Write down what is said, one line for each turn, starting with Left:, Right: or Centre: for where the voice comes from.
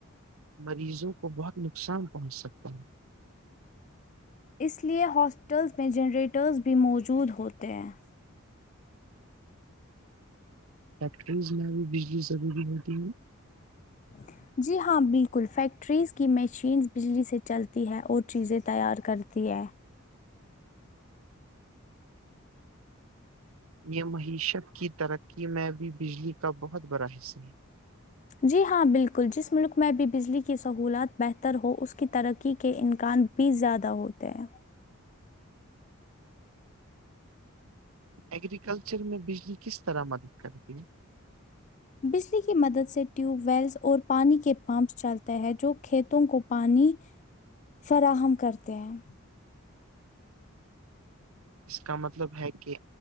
Right: مریضوں کو بہت نقصان پہنچ سکتا ہے
Left: اس لیے ہاسٹلس میں جنریٹرز بھی موجود ہوتے ہیں
Right: فیکٹریز میں ابھی بجلی سب بھی ہوتی ہے
Left: اچ <unintelligible> جی ہاں بالکل فیکٹریز کی مشینس بجلی سے چلتی ہے اور چیزیں تیار کرتی ہے
Right: یہ معیشت کی ترقی میں بھی بجلی کا بہت بڑا حصہ ہے
Left: جی ہاں بالکل جس ملک میں بھی بجلی کی سہولات بہتر ہو اس کی ترقی کے امکان بھی زیادہ ہوتے ہیں
Right: ایگریکلچر میں بجلی کس طرح مدد کرتی ہے
Left: بجلی کی مدد سے ٹیوب ویلس اور پانی کے پمپس چلتے ہے جو کھیتوں کو پانی فراہم کرتے ہیں
Right: اس کا مطلب ہے کہ